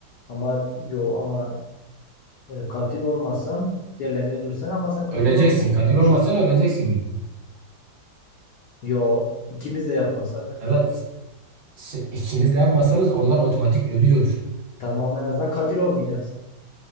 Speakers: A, on the left; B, on the right.
A: Ama yo ama E, Katil olmasan diğerlerini öldürsen ama sen katil
B: Öleceksin.
A: olmuyorsun
B: Katil
A: sonuçta.
B: olmasan öleceksin.
A: Yo, ikimiz de yapmasak
B: Evet. si- ikiniz de yapmasanız onlar otomatik ölüyor.
A: tamam en azından katil olmayacağız.